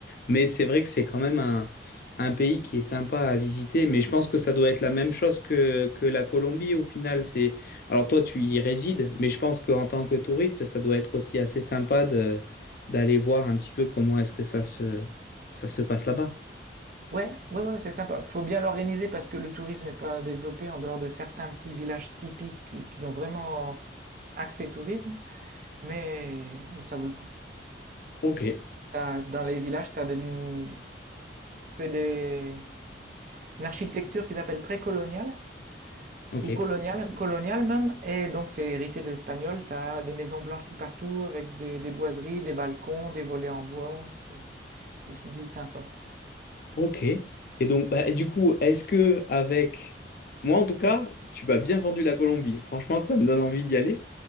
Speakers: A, on the left (about 55°); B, on the right (about 45°).
A: Mais c'est vrai que c'est quand même un, un pays qui est sympa à visiter, mais je pense que ça doit être la même chose que, que la Colombie au final. C'est... Alors toi, tu y résides, mais je pense qu'en tant que touriste, ça doit être aussi assez sympa de, d'aller voir un petit peu comment est-ce que ça se, ça se passe là-bas.
B: Ouais, ouais, ouais, c'est sympa. Faut bien l'organiser parce que le tourisme n'est pas développé en dehors de certains petits villages typiques qui, qui ont vraiment axé tourisme. Mais, mais ça vaut le coup.
A: Ok.
B: T'as- dans les villages, t'as des- c'est des, une architecture qu'ils appellent précoloniale
A: Ok.
B: ou coloniale, coloniale même, et donc c'est hérité des Espagnols. T'as des maisons blanches tout partout avec des, des boiseries, des balcons, des volets en bois. C'est des petites villes sympas.
A: Ok. Et donc, bah, du coup, est-ce que avec moi, en tout cas, tu m'as bien vendu la Colombie. Franchement, ça me donne envie d'y aller.